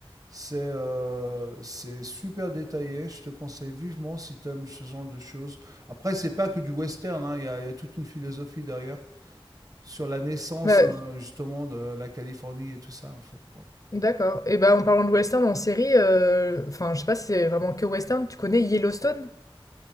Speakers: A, on the right; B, on the left.
A: c'est euh, c'est super détaillé. Je te conseille vivement si tu aimes ce genre de choses. Après, c'est pas que du western, hein, il y a, il y a toute une philosophie derrière sur la naissance
B: Bah,
A: euh, justement de la Californie et tout ça en fait. Bon.
B: d'accord et bah, en parlant de western en série, heu, enfin, je sais pas si c'est vraiment que western, tu connais Yellowstone?